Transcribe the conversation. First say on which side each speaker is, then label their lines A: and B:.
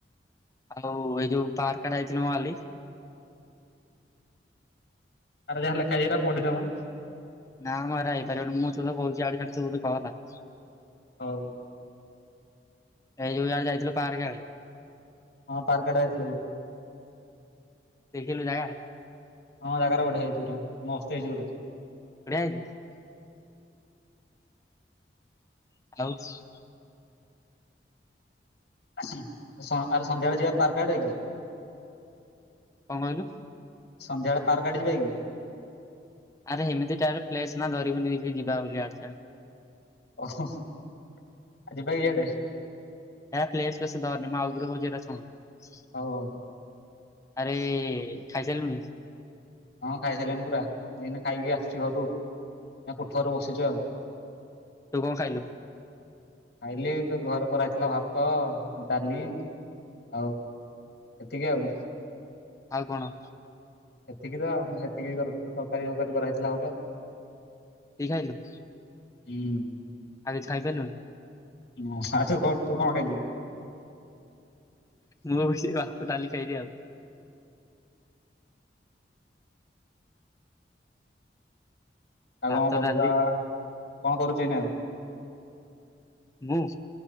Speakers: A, on the left; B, on the left.
A: ଆଉ ଏଇ ଯୋଉ ପାର୍କ ଆଡେ ଯାଇଥିଲୁ ମ କାଲି।
B: ଆରେ ଯାହା ଲେଖା ହେଇଚି ପଢିଦେମ।
A: ନାମ ହେରା ହେଇପାରିବନି ମୁଁ ତତେ କହୁଚି ଆଡେ ସାଡେ ତୁ <unintelligible> କହ କଥା।
B: ହଉ।
A: ଏଇ ଯୋଉ ଯା ଯାଇଥିଲୁ ପାର୍କ ଆଡେ।
B: ହଁ ପାର୍କ ଆଡେ ଯାଇଥିଲ ଯୋଉ
A: ଦେଖିଲୁ ଜାଗା।
B: ହଁ ଜାଗାରା ବଢିଆ ହେଇଚି ପୁରା ମସ୍ତ ହେଇଚି ପୁରା।
A: ବଢିଆ ହେଇଚି। <unintelligible>
B: ଆହୁଁ ସ ଆରେ ସନ୍ଧ୍ୟାବେଳେ ଯିବା ପାର୍କ ଆଡେ କି?
A: କଣ କହିଲୁ?
B: ସନ୍ଧ୍ୟାବେଳେ ପାର୍କ ଆଡେ ଯିବା କି?
A: ଆରେ ଏମିତି ଟା ପ୍ଲେସ ନା ଧରିବୁନିକି ଯିବା ବୋଲି ଆଡେ ସାଡେ।
B: ଓହୋ ହୋ ଆଉ ଯିବା ଇଆଡେ।
A: ନା ପ୍ଲେଶ୍ ବେସି ଧରନି ମୁ ଆଉଥରେ କୋହୁଚି ହେଟା ଶୁଣୁ।
B: ହଉ ହଉ।
A: ଆରେ ଖାଇ ସାରିଲୁଣି?
B: ହଁ ଖାଇ ସାରିଲିଣି ପରା ଏଇନା ଖାଇକି ଆସୁଚି ଘରୁ। ଏଇନା କୋଠଘର ବସିଚି ଆଉ।
A: ତୁ କଣ ଖାଇଲୁ?
B: ଖାଇଲି ତଘରେ କରାହେଇଥିଲା ଭାତ ଡ଼ାଲି ଆଉ ଏତିକି ଆଉ।
A: ଆଉ କଣ?
B: ଏତିକିତ ଆଉ ଏତିକି ତରକାରୀ ଫରକାରୀ କରାେଇଥିଲା ଘରେ।
A: ଏତିକି ଖାଇଲୁ?
B: ହୁଁ।
A: ଆଉ କିଛି ଖାଇପାରିଲୁନି?
B: ଓ ସାହାଯ୍ୟ କର ତୁ କଣ ଖାଇଲୁ?
A: ମୁବି ସେଇ ଭାତ ଡ଼ାଲି ଖାଇଚି ଆଉ।
B: ଆଉ
A: ଭାତ
B: କଣ କରୁଚୁ
A: ଡାଲି
B: ଆଉ କଣ କରୁଚୁ ଏଇନା ଆଉ?
A: ମୁଁ।